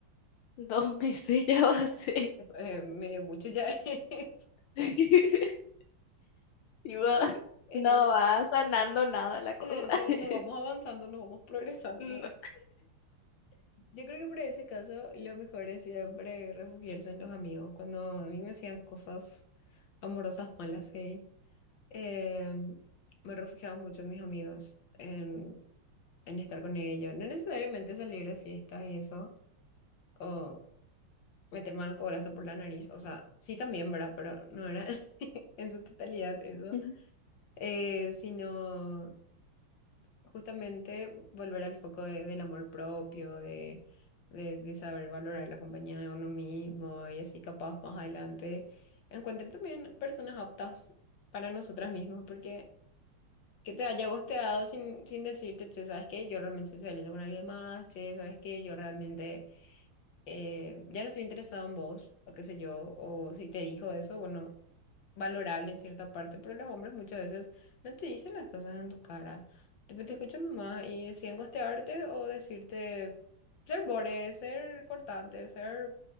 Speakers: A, on the left; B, on the left.
A: dos <laughs> meses ya va a ser.
B: Eh, medio mucho ya <laughs> es.
A: <laughs> Tipo,
B: Yo creo que en
A: no
B: eso
A: va sanando nada la cosa.
B: eh, no-
A: <laughs>
B: nos vamos avanzando, nos vamos progresando.
A: No.
B: Yo creo que por ese caso lo mejor es siempre refugiarse en los amigos. Cuando a mí me hacían cosas amorosas malas, sí, eh, me refugiaba mucho en mis amigos, en, en estar con ellos. No necesariamente salir de fiestas y eso, o meterme alcohol hasta por la nariz. O sea, sí también, ¿verdad? Pero no era <laughs> en su totalidad eso.
A: Ujú.
B: Eh, sino... justamente volver al foco de- del amor propio, de, de, de saber valorar la compañía de uno mismo y así capaz más adelante encuentren también personas aptas para nosotras mismas, porque que te haya gosteado sin, sin decirte, che, ¿sabes qué? Yo realmente estoy saliendo con alguien más, che, ¿sabes qué? Yo realmente eh, ya no estoy interesado en vos, o qué sé yo, o si te dijo eso, bueno valorable en cierta parte, pero los hombres muchas veces no te dicen las cosas en tu cara. Tipo, te escuchan nomás y deciden gostearte o decirte ser bore, ser cortante, ser